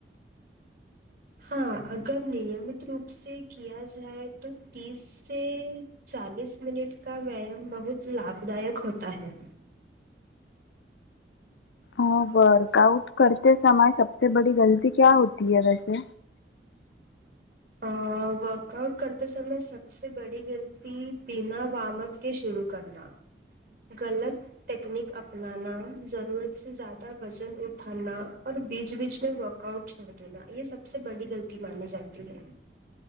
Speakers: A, on the right; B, on the left.
A: ہاں اگر نیمت روپ سے کیا جائے تو تیس سے چالیس منٹ کا ویایام بہت لابھ دائک ہوتا ہے
B: اور ورک آؤٹ کرتے سمئے سب سے بڑی غلطی کیا ہوتی ہے ویسے
A: ا ورک آؤٹ کرتے سمے سب سے بڑی غلطی بنا وارم اپ کے شروع کرنا غلط تٹیکنیک اپنانا ضرورت سے زیادہ وزن اٹھانا اور بیچ بیچ میں ورک کاؤنٹ چھوڑ دینا یہ سب سے بڑی غلطی مانی جاتی ہے